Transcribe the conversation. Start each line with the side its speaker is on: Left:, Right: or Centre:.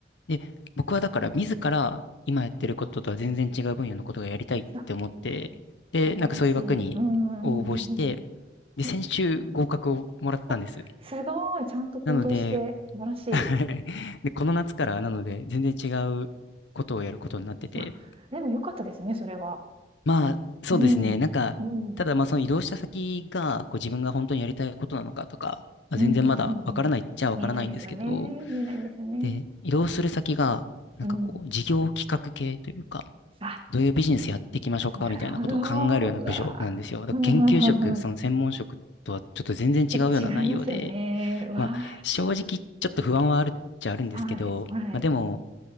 Left: で、僕はだから自ら今やってることとは全然違う分野のことがやりたいって思って、
Right: あ、
Left: で、
Right: 素晴らしい。
Left: なんかそういう枠に応募して、
Right: うんうんうんうん
Left: で、
Right: うん。
Left: 先週合格をもらったんです。
Right: お、あ、すごい。ちゃんと行動して、
Left: なので、
Right: 素晴らしい。
Left: <laughs> で、この夏からなので全然違うことをやることになってて、
Right: あ、でも良かったですね、それは。
Left: まあ、そうですね、
Right: うん。うん。
Left: なんか、
Right: うん
Left: ただまあその移動した先がこう自分が本当にやりたいことなのかとか、まあ、
Right: うんうんうん。
Left: 全然まだわからないっちゃわからないんですけど、
Right: 見えないですよね。見えないですよね。
Left: で、移動する先がなんかこう事業企画系というか、
Right: うん。あ、
Left: どういうビジネスやっていきましょうかみたいなことを考えるような部署なんですよ。
Right: なるほど。うわ、<laughs>
Left: だから研究職、
Right: ふんふんふんふん。
Left: その専門職とはちょっと全然違うような内容で、
Right: ちょっと違いますよね。うわ
Left: まあ、正直ちょっと不安はあるっちゃあるんですけど、
Right: はい、はい。
Left: まあ、でも、